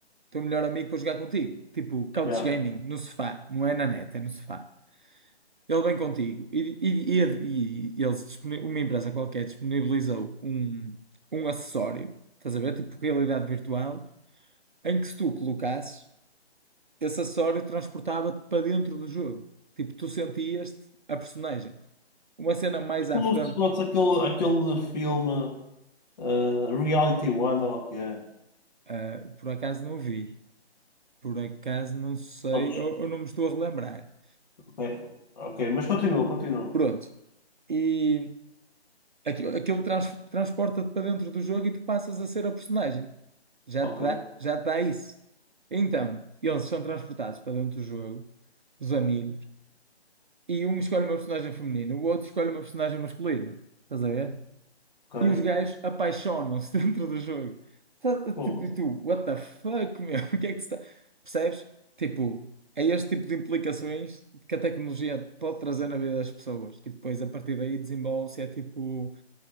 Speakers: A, on the right; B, on the left.
A: teu melhor amigo, para jogar contigo. Tipo, couch
B: Yeah.
A: gaming, no sofá, não é na net, é no sofá. Ele vem contigo e, e, e, e eles, disponi- uma empresa qualquer disponibilizou um, um acessório, estás a ver? Tipo, realidade virtual, em que se tu colocasses. esse acessório transportava-te para dentro do jogo. Tipo, tu sentias-te a personagem. Uma cena mais
B: É
A: à
B: Como
A: frente,
B: se fosse aquele, aquele filme eh, Reality One, ou o que é.
A: eh, por acaso não vi. Por acaso não sei,
B: Prontos,
A: ou, ou não me estou a relembrar.
B: Ok, ok, mas continua, continua.
A: Pronto. E aquilo, aquilo trans- transporta-te para dentro do jogo e tu passas a ser a personagem. Já
B: Ok,
A: te dá, já te dá isso. Então, eles são transportados para dentro do jogo, os amigos, e um escolhe uma personagem feminina, o outro escolhe uma personagem masculina. Estás a ver?
B: ok.
A: E os gajos apaixonam-se <laughs> dentro do jogo. Tá-
B: Pô,
A: Tipo, e tu, what the fuck, meu? <laughs> O que é que se está. Percebes? Tipo, é este tipo de implicações que a tecnologia pode trazer na vida das pessoas. E depois, a partir daí, desenvolve-se. É tipo,